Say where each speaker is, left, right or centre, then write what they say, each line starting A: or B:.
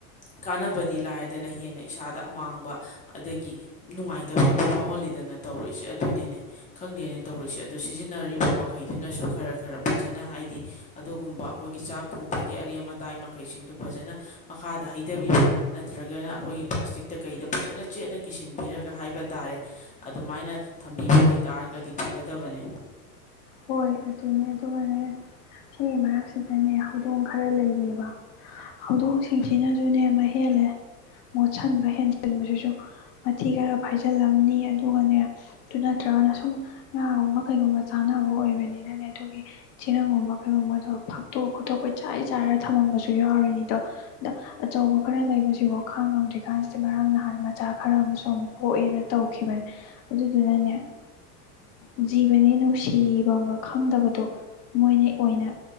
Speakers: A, on the left (about 15°); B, on the left (about 35°).
A: ꯀꯥꯟꯅꯕꯗꯤ ꯂꯥꯏꯗꯅ ꯍꯦꯟꯅ ꯏꯁꯥꯗ ꯑꯃꯥꯡꯕ ꯑꯗꯒꯤ ꯅꯨꯡꯉꯥꯏꯇꯕ ꯑꯗꯨ ꯐꯥꯎꯍꯜꯂꯤꯗꯅ ꯇꯧꯔꯛꯏꯁꯦ ꯑꯗꯨꯅꯤꯅꯦ ꯈꯪꯗꯦꯅꯦ ꯇꯧꯔꯤꯛꯔꯤꯁꯦ ꯑꯗꯨ ꯁꯤꯖꯤꯟꯅꯔꯤꯕ ꯃꯈꯩꯗꯨꯅꯁꯨ ꯈꯔ ꯈꯔ ꯐꯖꯅ ꯍꯥꯏꯗꯤ ꯑꯗꯨꯒꯨꯝꯕ ꯑꯩꯈꯣꯏꯒꯤ ꯆꯥꯛ ꯊꯣꯡꯕꯒꯤ ꯑꯔꯦꯝ ꯑꯇꯥꯏ ꯃꯈꯩꯁꯤꯡꯗꯨ ꯐꯖꯅ ꯃꯈꯥꯗ ꯍꯩ ꯊꯩꯊꯕꯤꯕ ꯅꯠꯇ꯭ꯔꯒꯅ ꯑꯩꯈꯣꯏꯒꯤ ꯄ꯭ꯂꯥꯁꯇꯤꯛꯇ ꯀꯩꯗ ꯐꯖꯅ ꯆꯦꯠꯅ ꯀꯤꯁꯤꯟꯕꯤꯔꯒ ꯍꯥꯏꯕ ꯇꯥꯔꯦ ꯑꯗꯨꯃꯥꯏꯅ ꯊꯝꯕꯤꯕ ꯑꯣꯏ ꯇꯥꯔꯒꯗꯤ ꯐꯒꯗꯕꯅꯦ
B: ꯍꯣꯏ ꯑꯗꯨꯅꯦ ꯑꯗꯨꯒꯅꯦ ꯁꯤꯒꯤ ꯃꯔꯛꯁꯤꯗꯅꯦ ꯍꯧꯗꯣꯡ ꯈꯔ ꯂꯩꯔꯤꯕ ꯍꯧꯗꯣꯡꯁꯤꯡꯁꯤꯅꯁꯨꯅꯦ ꯃꯍ ꯍꯦꯜꯂꯦ ꯃꯣꯠꯁꯤꯟꯕ ꯍꯦꯟꯖꯟꯕꯁꯤꯁꯨ ꯃꯊꯤ ꯈꯔ ꯐꯥꯏꯖꯤꯜꯂꯝꯅꯤ ꯑꯗꯨꯒꯅꯦ ꯑꯗꯨ ꯅꯠꯇ꯭ꯔꯒꯅ ꯁꯨꯝ ꯉꯥꯒꯨꯝꯕ ꯀꯩꯒꯨꯝꯕ ꯆꯥꯅꯕ ꯑꯣꯏꯕꯅꯤꯅꯅꯦ ꯑꯗꯨꯒꯤ ꯆꯦꯔꯪꯒꯨꯝꯕ ꯀꯩꯒꯨꯝꯕꯗꯣ ꯐꯥꯛꯇꯣꯛ ꯈꯣꯠꯇꯣꯛꯄ ꯆꯥꯏ ꯆꯥꯏꯔ ꯊꯝꯃꯝꯕꯁꯨ ꯌꯥꯎꯔꯤꯅꯤꯗꯣ ꯑꯗ ꯑꯆꯧꯕ ꯈꯔ ꯂꯩꯕꯁꯤ ꯋꯥ ꯈꯥꯡ ꯉꯝꯗ꯭ꯔꯤꯀꯥꯟꯁꯤꯗ ꯉꯔꯥꯡ ꯅꯍꯥꯟ ꯃꯆꯥ ꯈꯔ ꯑꯃꯁꯨ ꯑꯃꯨꯛ ꯄꯣꯛꯑꯦꯅ ꯇꯧꯈꯤꯕꯅꯦ ꯑꯗꯨꯗꯨꯅꯅꯦ ꯖꯤꯕꯅꯤ ꯅꯨꯡꯁꯤ ꯀꯤꯕꯝꯒ ꯈꯪꯗꯕꯗꯣ ꯃꯣꯏꯅ ꯑꯣꯏꯅ